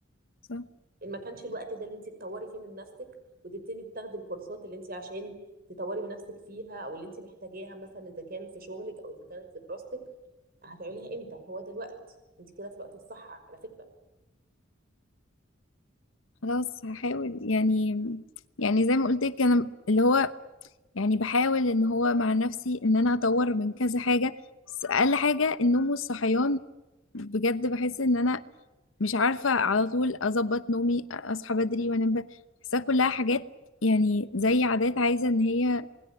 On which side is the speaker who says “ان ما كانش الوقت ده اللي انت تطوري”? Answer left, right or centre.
Right